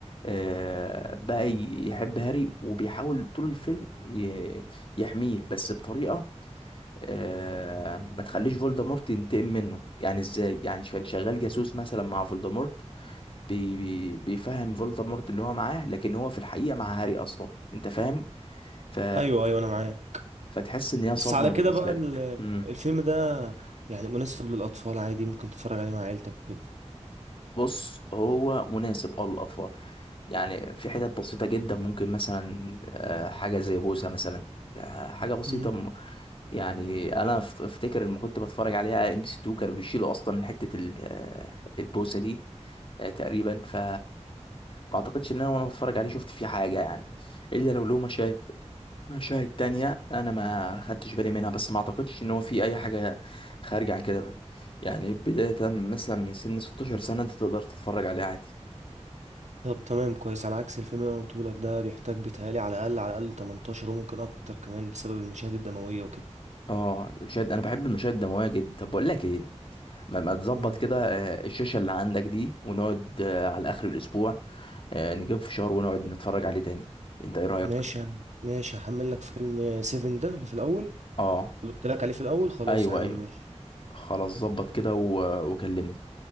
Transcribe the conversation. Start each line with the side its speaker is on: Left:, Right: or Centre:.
Left: آه بقى ي- يحب هاري وبيحاول طول الفيلم ي- يحميه بس بطريقة آه ما تخليش فولدمورت ينتقم منه يعني ازاي يعني كان شغال جاسوس مثلا مع فولدمورت بي بي بيفهم فولدمورت اللي هو معاه لكن هو في الحقيقة مع هاري أصلا أنت فاهم ف...
Right: ايوه ايوه انا معاك
Left: فتحس إن هي
Right: بس
Left: صدمة
Right: على كده
Left: بالنسبة
Right: بقى
Left: لك
Right: ال-
Left: مم.
Right: الفيلم ده يعني مناسب للاطفال عادي ممكن تتفرج عليه مع عيلتك وكده
Left: بص هو مناسب أه للأطفال يعني في حتت بسيطة جدا ممكن مثلا آه، حاجة زي بوسة مثلا آه، حاجة بسيطة
Right: مم.
Left: م- يعني أنا أف- أفتكر لما كنت بتفرج عليها ام سي 2 كانوا بيشيلوا أصلا حتة ال- آه، البوسة دي آه، تقريبا ف ما أعتقدش إن أنا وأنا بتفرج عليه شفت فيه حاجة يعني إلا لو له مشاهد المشاهد التانية أنا ما خدتش بالي منها بس ما أعتقدش إن هو في أي حاجة خارجة عن كده بقى. يعني بداية مثلا من سن 16 سنة أنت تقدر تتفرج عليه عادي
Right: طب تمام كويس على عكس الفيلم اللي انا قلته لك ده بيحتاج بيتهيألي على الاقل على الاقل 18 وممكن اكتر كمان بسبب المشاهد الدمويه وكده
Left: اه المشاهد أنا بحب المشاهد الدموية جدا طب بقول لك إيه ما, ما تظبط
Right: مم.
Left: كده آه، الشاشة اللي عندك دي ونقعد آه، على آخر الأسبوع آه، نجيب فشار ونقعد نتفرج عليه تاني أنت إيه رأيك؟
Right: ماشي يا عم ماشي هحمل لك فيلم سيفن ده اللي في الاول
Left: اه
Right: اللي قلت لك عليه في الاول خلاص
Left: أيوه
Right: يا عم
Left: أيوه
Right: ماشي
Left: خلاص ظبط كده و- وكلمني